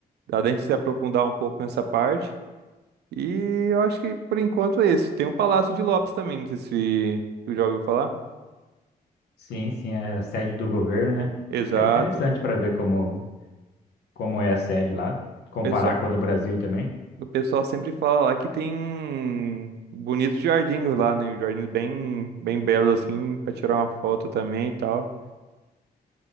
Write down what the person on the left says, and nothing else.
Sim, sim, é a sede do governo, né?
É interessante para ver como, como é a sede lá,
comparar
com a do Brasil também.